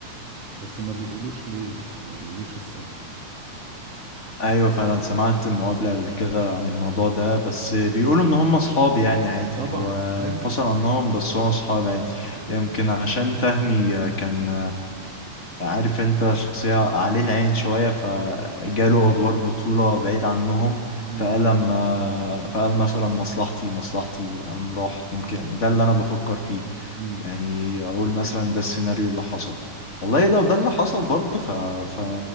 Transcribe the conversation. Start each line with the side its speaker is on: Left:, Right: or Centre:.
Right: بس ما بيقولوش ليه يعني ما بيقولوش السبب
Left: ايوه فعلا سمعت مقابلة قبل كده عن الموضوع ده بس بيقولوا ان هم اصحاب يعني عادي
Right: طبعا
Left: هو
Right: ايوه
Left: انفصل عنهم بس هو اصحاب عادي يمكن عشان فهمي كان عارف انت شخصية عليه العين شوية فجاله ادوار بطولة بعيد عنهم
Right: امم
Left: فقال لما فقال مثلا مصلحتي مصلحتي وقام راح يمكن ده اللي انا بفكر فيه
Right: امم
Left: يعني اقول مثلا ده السيناريو اللي حصل والله لو ده اللي حصل برضه ف... ف